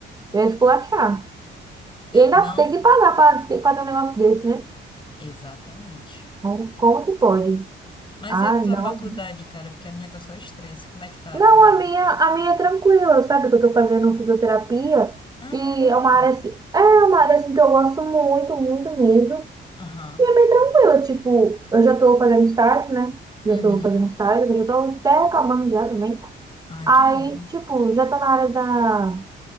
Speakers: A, on the right; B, on the left.
A: eu ia esculachar. E ainda
B: Não,
A: tem que pagar pra, ter- pra ter um negócio desse, né?
B: exatamente.
A: Então, Como que pode?
B: Mas
A: Ah,
B: e a tua
A: não.
B: faculdade, cara? Porque a minha tá só estresse. Como é que tá
A: Não,
B: por aí?
A: a minha, a minha é tranquila, sabe? Que eu tô fazendo fisioterapia
B: Ah,
A: e
B: legal.
A: é uma área assim, é uma área assim que eu gosto muito, muito mesmo.
B: Aham.
A: E é bem tranquila, tipo, eu já tô fazendo estágio, né? Já
B: Uhum.
A: tô fazendo estágio, eu já tô até acabando já também.
B: Ah,
A: Aí,
B: que bom.
A: tipo, já tô na área da